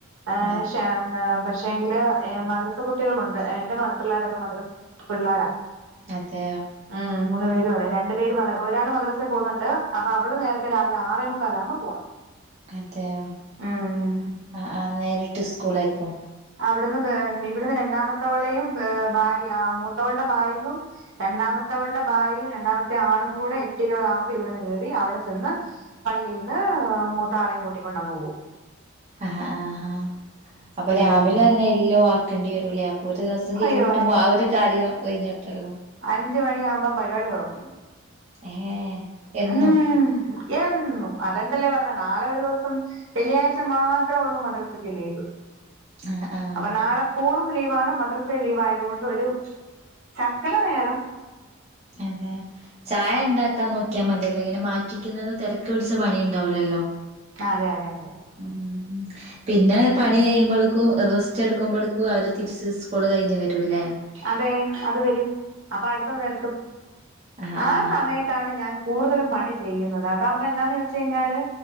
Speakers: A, on the right; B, on the right.
A: അഹ്
B: അതെ
A: ശാ ആഹ് പക്ഷെങ്കില് മദ്രസ കുട്ടികളുണ്ട് എന്റെ മ പിള്ളേരൊക്കെ മദ്രസ പിള്ളേരാ
B: അതെയോ
A: ഉം മൂന്ന് പേരും അതെ രണ്ടു പേര് ഒരാള് മദ്രസൽ പോകുന്നുണ്ട് ണ്ട് അപ്പൊ അവള് നേരത്തെ രാവിലെ ആറേ മുക്കാലല്ലാവുമ്പോ പോണം
B: അതെയോ
A: ഉം
B: ആ ആ നേരിട്ട് സ്കൂളേക്കും
A: അവിടുന്ന് ബാ ഇവിടുന്ന് രണ്ടാമത്തവളെയും ബായി ആ മൂത്തവളുടെ ബായ്ഗും രണ്ടാമത്തെവളുടെ ബായ്ഗും രണ്ടാമത്തെ ആളും കൂടെ എട്ട് ഇരുപതാകുമ്പോ ഇവിടുന്ന് കയറി അവിടെ ചെന്ന് പള്ളീന്ന് മൂത്താളേം കൂട്ടിക്കൊണ്ടങ്ങ് പോവും
B: ആഹ് ആഹ് ആഹ് അപ്പൊ
A: ഉം
B: രാവിലെന്നെ എല്ലോ ആക്കേണ്ടി വരൂല്ലേ ഒരു ദിവസം ലീവ്
A: അയ്യോ
B: കിട്ടുമ്പോ ആ ഒരു കാര്യം ഒഴിഞ്ഞിട്ടല്ലോ
A: അഞ്ച മണി ആവുമ്പം പരിപാടി തുടങ്ങും
B: ഏഹ് എന്നും
A: ഉം എന്നും അതണ്ടല്ലേ പറഞ്ഞ നാളെ ഒരു ദിവസം വെള്ളിയാഴ്ച മാത്ര ഉള്ളൂ മദ്രസയ്ക്ക് ലീവ്
B: ആഹ് ആഹ്
A: അപ്പൊ നാളെ സ്കൂളും ലീവാണ് മദ്രസ ലീവ് ആയതു കൊണ്ട് ഒരു ശകല നേരം
B: അതെ ചായ ഉണ്ടാക്കാൻ നോക്കിയാൽ മതിയല്ലോ ഇങ്ങനെ മാറ്റിക്കുന്നത് തിരക്ക് പിടിച്ച പണി ഉണ്ടാവിലല്ലോ
A: അതെ അതെ അതെ
B: ഉം പിന്നെ പണി കഴിയുമ്പളക്കും റസ്റ്റ് എടുക്കുമ്പളക്കും അവര് തിരിച്ച് സ്കൂള് കഴിഞ്ഞ് വരൂല്ലേ
A: അതെ അത് വരും അപ്പൊ അടുത്തത് വരും
B: ആഹ് ആഹ്
A: ആ സമയത്താണ് ഞാൻ കൂടുതലും പണി ചെയ്യുന്നത് അതാകുമ്പോ എന്താന്ന് ചോയ്ച്ച് കഴിഞ്ഞാല്